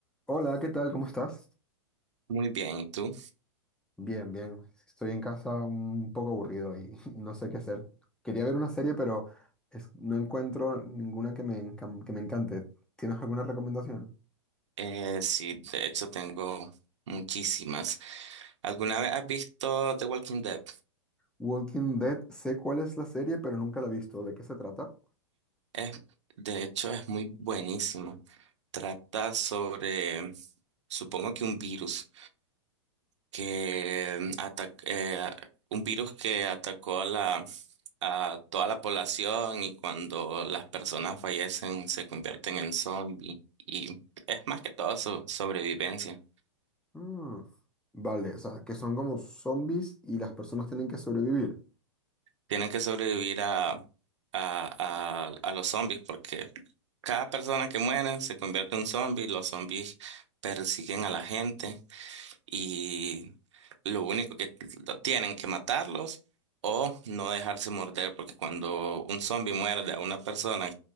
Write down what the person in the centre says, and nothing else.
Hola, ¿qué tal? ¿Cómo estás?
Bien, bien. Estoy en casa un poco aburrido y <laughs> no sé qué hacer. Quería ver una serie, pero es- no encuentro ninguna que me, encam- que me encante. ¿Tienes alguna recomendación?
Walking Dead, sé cuál es la serie, pero nunca la he visto. ¿De qué se trata?
Mm, Vale, o sea, que son como zombies y las personas tienen que sobrevivir.